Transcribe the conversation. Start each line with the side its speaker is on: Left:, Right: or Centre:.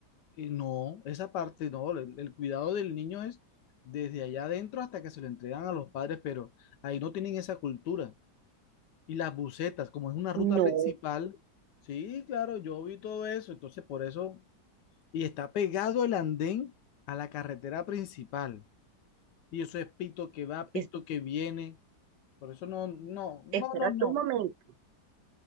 Left: eh, no, esa parte no, el, el cuidado del niño es desde allá adentro hasta que se lo entregan a los padres, pero ahí no tienen esa cultura. Y las busetas, como es una ruta
Right: No,
Left: principal, sí, claro, yo vi todo eso, entonces por eso, y está pegado el andén a la carretera principal. Y eso es pito que va, pito
Right: es-
Left: que viene. Por eso no, no, no,
Right: espérate
Left: no, no.
Right: un momento,